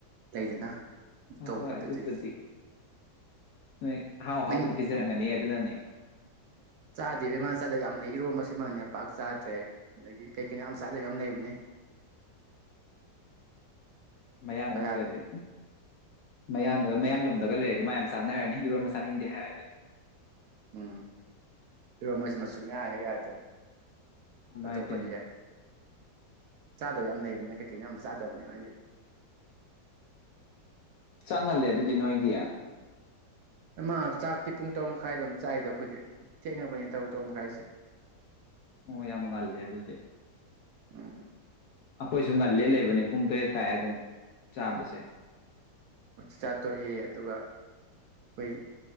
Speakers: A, on the right; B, on the left.
A: ꯂꯩꯗꯅ
B: ꯍꯣꯏ
A: ꯇꯧꯕ
B: ꯍꯣꯏ ꯑꯗꯨꯕꯨꯗꯤ
A: ꯑꯗꯨꯗꯨꯒꯤ
B: ꯅꯣꯏ ꯑꯍꯥꯎ ꯑꯍꯥꯎꯕꯗ
A: ꯅꯪ
B: ꯄꯤꯖꯔꯝꯒꯅꯤ ꯑꯗꯨꯅꯅꯦ
A: ꯆꯥꯗꯦꯕ ꯏꯃꯥꯟ ꯆꯥꯗꯒ ꯌꯥꯝ ꯂꯩ ꯏꯔꯣꯟꯕꯁꯤꯃꯅꯦ ꯄꯥꯛ ꯆꯥꯗ꯭ꯔꯦ ꯑꯗꯒꯤ ꯀꯩ ꯀꯩꯅꯣ ꯌꯥꯝ ꯆꯥꯗꯕ ꯌꯥꯝ ꯂꯩꯕꯅꯦꯤ
B: ꯃ ꯍꯟ ꯀꯗ
A: ꯌꯥꯗ꯭ꯔꯦ
B: ꯎ ꯃꯌꯥꯡꯗꯒ ꯃꯌꯥꯡꯂ ꯂꯝꯗꯒ ꯂꯩꯔꯗꯤ ꯃꯌꯥꯝ ꯆꯥꯅꯔꯅꯤ ꯏꯔꯣꯟꯕ ꯆꯥꯅꯤꯡꯗꯦ ꯍꯥꯏꯔꯗꯤ
A: ꯎꯝ ꯏꯔꯣ ꯃꯣꯏꯁ ꯃꯨꯡ ꯌꯥꯏ ꯌꯥꯏꯗ꯭ꯔꯦ
B: ꯏꯃꯥꯏ
A: ꯑꯇꯣꯞꯄꯗꯤ
B: ꯄꯦꯝꯃ
A: ꯌꯥꯏ ꯆꯥꯗꯕ ꯌꯥꯝ ꯂꯩꯕꯅꯦ ꯀꯩꯀꯩꯅꯣ ꯌꯥꯝ ꯆꯥꯗꯕꯅꯦ ꯍꯥꯏꯗꯤ
B: ꯆꯪꯍꯜꯂꯦ ꯑꯗꯨꯗꯤ ꯅꯣꯏꯒꯤ
A: ꯏꯃꯥ ꯆꯥꯛꯇꯤ ꯄꯨꯡ ꯇꯔꯨꯛ ꯃꯈꯥꯏꯗ ꯑꯗꯨꯝ ꯆꯥꯏꯗ ꯑꯩꯈꯣꯏꯗꯤ ꯊꯦꯡꯅꯕꯅꯦ ꯇꯔꯨꯛ ꯇꯔꯨꯛ ꯃꯈꯥꯏꯁꯦ
B: ꯑꯣ ꯌꯥꯝ ꯉꯜꯂꯦ ꯑꯗꯨꯗꯤ
A: ꯎꯝ
B: ꯑꯩꯈꯣꯏꯁꯨ ꯉꯜꯂꯦ ꯂꯩꯕꯅꯦ ꯄꯨꯡ ꯇꯔꯦꯠ ꯇꯥꯏꯦ ꯑꯗꯨꯝ ꯆꯥꯕꯁꯦ
A: ꯆꯥ ꯊꯣꯛꯣꯛꯏ ꯑꯗꯨꯒ ꯑꯩꯈꯣꯏ